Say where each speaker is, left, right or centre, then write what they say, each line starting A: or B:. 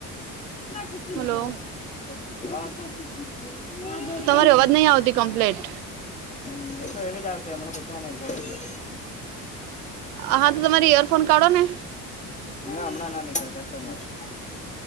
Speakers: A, on the left (about 15°); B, on the right (about 75°).
A: સુખીને
B: હલો
A: હતાલ <unintelligible>
B: તમારી અવાજ નહી આવતી કમ્પ્લેટ
A: હમ્મ, એ તો એવીજ આવશે હમણા દુકાન એ જયે એટલે
B: હા, તો તમારી ઇયરફોન કાઢો ને
A: ના હમણાં ના નીકળે, કસ્ટમર છે.